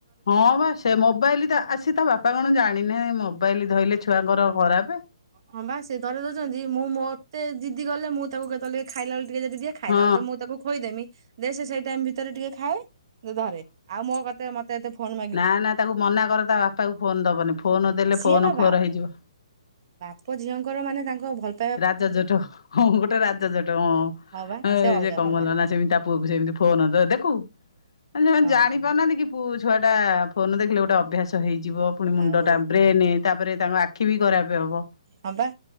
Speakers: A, on the left (about 60°); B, on the right (about 45°).
A: ହଁ ବା ସେ ମୋବାଇଲଟା ଆ ସେ ତା ବାପା କଣ ଜାଣିନି ମୋବାଇଲ ଧଇଲେ ଛୁଆଙ୍କର ଖରାପ।
B: ହଁ ବା ସିଏ ଧରେଇ ଦଉଛନ୍ତି ମୁଁ ମତେ ଜିଦି କଲେ ମୁଁ ତାକୁ କେତେବେଳେ ଟିକେ ଖାଇଲାବେଳକୁ ଟିକେ ଯଦି ଦିଏ। ଖାଇଲା
A: ହଁ
B: ବେଳକୁ ତ ମୁଁ ତାକୁ ଖୋଉଇଦେମି ଦେ ସେ ସେଇ ଟାଇମ୍ ଭିତରେ ଟିକେ ଖାଏ ଧରେ ଆଉ ମୋ କତେ ମତେ। ମତେ ଏତେ ଫୋନ୍।
A: ନାଁ ନାଁ ତାକୁ ମନା କର ତା ବାପାକୁ ଫୋନ ଦବନି ଫୋନ ଦେଲେ
B: ସିଏ
A: ଫୋନ
B: ବା
A: ଖୋର୍
B: ବା
A: ହେଇଯିବ।
B: ବାପ ଝିଅଙ୍କର ମାନେ ତାଙ୍କ ଭଲ୍।
A: ରାଜଜୋଟକ ହଁ ଗୋଟେ ରାଜଜୋଟକ ହଁ
B: ବା
A: ଏଇ
B: ସେ ଅଲଗା
A: ଯେ କଣ
B: ପ୍ରକାରେ
A: କଲା ନା ସେମିତି ତା ପୁଅକୁ ସେମିତି। ଫୋନ ତ ଦେଖୁ ମାନେ ସେମାନେ
B: ହଁ
A: ଜାଣି। ପାରୁନାହାନ୍ତି କି ପୁ ଛୁଆଟା ଫୋନ୍ ଦେଖିଲେ ଗୋଟେ ଅଭ୍ୟାସ ହେଇଯିବ ପୁଣି ମୁଣ୍ଡ
B: ଆଉ
A: ଟା ବ୍ରେନ। ତାପରେ ତାଙ୍କ ଆଖି ବି ଖରାପ ହବ।
B: ହଁ ପା।